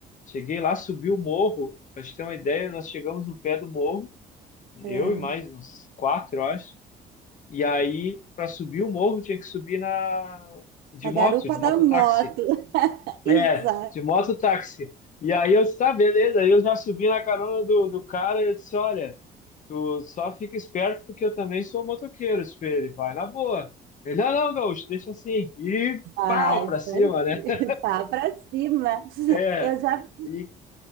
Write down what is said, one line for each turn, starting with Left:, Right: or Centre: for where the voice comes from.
Left: Cheguei lá, subi o morro. Pra gente ter uma ideia, nós chegamos no pé do morro, eu
Right: é,
Left: e mais uns quatro, eu acho. E aí, para subir o morro, tinha que subir na de
Right: Na
Left: moto,
Right: garupa
Left: de mototáxi.
Right: da moto. <laughs> Exato.
Left: É, de mototáxi. E aí eu disse, tá, beleza. Aí eu já subi na carona do, do cara e eu disse, olha, tu só fica esperto porque eu também sou motoqueiro, espelho, vai na boa. Ele, não, não, gaúcho, deixa assim. E
Right: Vai,
Left: pau pra cima,
Right: vai,
Left: né?
Right: <laughs>
Left: <laughs>
Right: pá, pra cima.
Left: É,
Right: Eu já,
Left: e